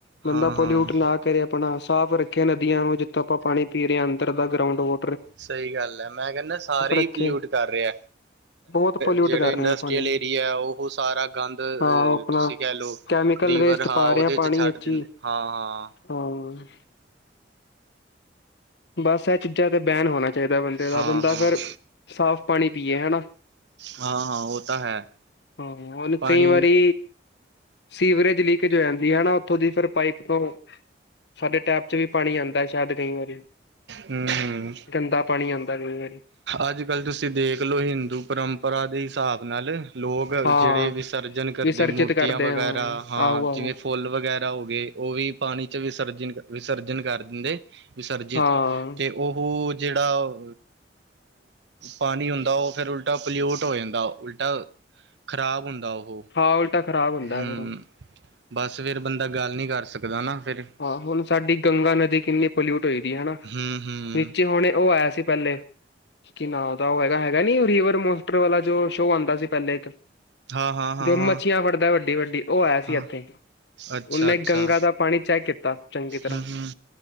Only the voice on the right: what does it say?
ਹਾਂ-ਹਾਂ
ਸਹੀ ਗੱਲ ਹੈ ਮੈਂ ਕਹਿੰਦਾ ਸਾਰੇ ਹੀ
ਪਲਿਊਟ ਕਰ ਰਿਹਾ
ਜਿਹੜੇ
ਇੰਡਸਟ
ਲ
ਏਰੀਆ ਉਹ ਸਾਰਾ ਗੰਦ
ਤੁਸੀਂ ਕਹਿ ਲਓ
ਲੀਵਰ
ਹਾਂ
ਉਹਦੇ
'
ਛੱਡ
ਦਿੰਦੇ
ਹਾਂ ਹਾਂ
ਹਾਂ
ਹਾਂ ਹਾਂ
ਹਾਂ ਹਾਂ ਉਹ ਤਾਂ ਹੈ
ਪਾਣੀ
ਹੰ- ਹੰ
ਅੱਜ ਕੱਲ ਤੁਸੀਂ ਦੇਖਲੋ ਹਿੰਦੂ ਪਰੰਪਰਾਂ ਦੇ ਹਿਸਾਬ ਨਾਲ ਲੋਕ
ਜਿਹੜੇ ਵਿਸਰਜਨ ਕਰਦੇ
ਮੂਰਤੀਆਂ
ਵਗੈਰਾ
ਹਾਂ
ਜਿਵੇਂ ਫੁੱਲ ਵਗੈਰਾ ਹੋ ਗਏ ਉਹ ਵੀ ਪਾਣੀ 'ਚ ਵਿਸਰਜਨ ਵਿਸਰਜਨ ਕਰ ਦਿੰਦੇ। ਵਿਸਰਜਿਤ
ਤੇ ਉਹ ਜਿਹੜਾ ਪਾਣੀ ਹੁੰਦਾ ਉਹ ਫਿਰ ਉਲਟਾ ਪਲਿਊਟ ਹੋ ਜਾਂਦਾ ਉਲਟਾ ਖ਼ਰਾਬ ਹੁੰਦਾ ਉਹ
ਹੂੰ
ਬਸ ਫਿਰ ਬੰਦਾ ਗੱਲ ਨਹੀ ਕਰ ਸਕਦਾ ਨਾ ਫਿਰ।
ਹੂੰ ਹੂੰ
ਹਾਂ ਹਾਂ ਹਾਂ
ਹਾਂ
ਹਾਂ
ਅੱਛਾ
ਅੱਛਾ
ਹੂੰ ਹੂੰ